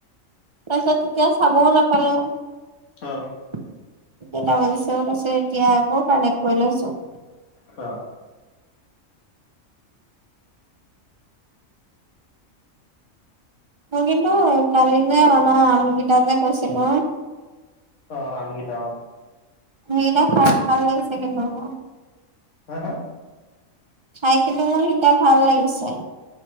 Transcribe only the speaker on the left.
অ
অ
অ আমকেইটা অ
হা হা?